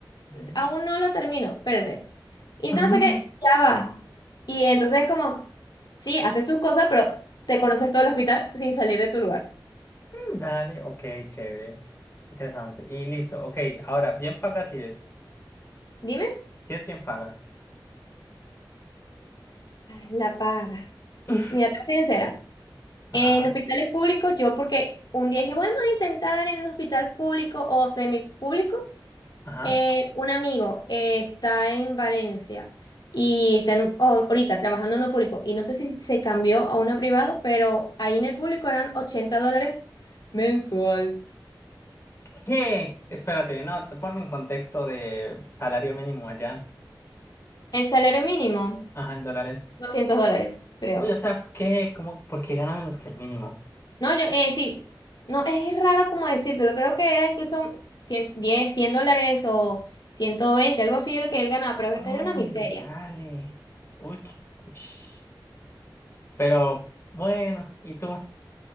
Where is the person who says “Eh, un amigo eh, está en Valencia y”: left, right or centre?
Left